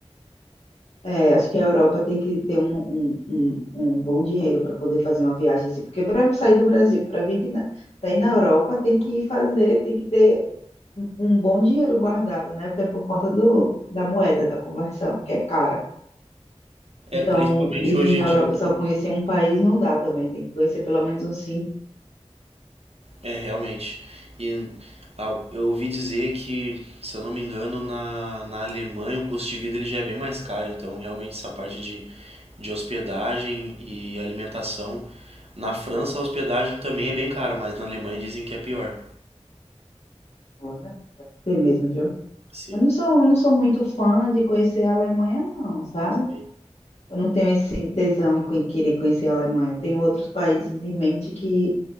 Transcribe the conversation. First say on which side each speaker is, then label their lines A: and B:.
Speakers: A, on the left; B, on the right.
A: É, acho que a Europa tem que ter um, um, um, um bom dinheiro para poder fazer uma viagem assim, porque para sair do Brasil, para vir aqui na, pra ir na Europa, tem que ir fazer, tem que ter um, um bom dinheiro guardado, né? Até por conta do, da moeda, da conversão, que é cara.
B: É,
A: Então,
B: principalmente
A: e vir
B: hoje
A: na
B: em dia
A: Europa
B: que
A: e só conhecer um país não dá também, tem que conhecer pelo menos uns cinco.
B: é realmente. E ah, eu ouvi dizer que, se eu não me engano, na, na Alemanha o custo de vida ele já é bem mais caro, então realmente essa parte de, de hospedagem e alimentação. Na França a hospedagem também é bem cara, mas na Alemanha dizem que é pior.
A: Olha, tem mesmo, viu?
B: Sim,
A: Eu não sou, não sou muito fã de conhecer a Alemanha, não, sabe?
B: sim,
A: Eu não tenho esse tesão em conhe- querer conhecer a Alemanha. Eu tenho outros países em mente que